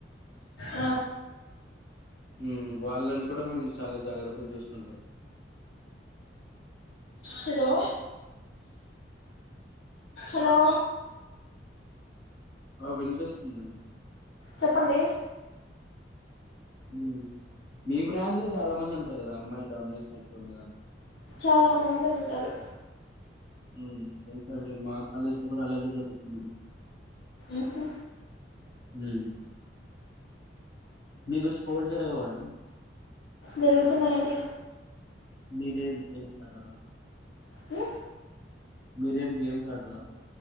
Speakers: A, on the left (about 75°); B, on the left (about 60°).
A: ఆ!
B: హు, వాళ్ళన్ కూడా మేము చాలా జాగ్రత్తగా చూసుకుంటం.
A: హలో హలో
B: ఆ వినిపిస్సుదండి.
A: చెప్పండి.
B: హు, మీ బ్రాంచ్ లో చాలా మంది అంట్రు కదా అమ్మాయిలు దమ్ నస్ క మీద
A: చాలా మంది ఉంటరు.
B: హు, తెలుసండి మా కాలేజ్ లో కూడా అలాగే జరుతుందండి.
A: ఉహు
B: హు, మీకు స్పోర్ట్స్ జరగవ అండి.
A: జరుగుతున్నాయండి.
B: మీరేది గెమ్ అ
A: ఏ
B: మీరేం గేమ్స్ ఆడ్రా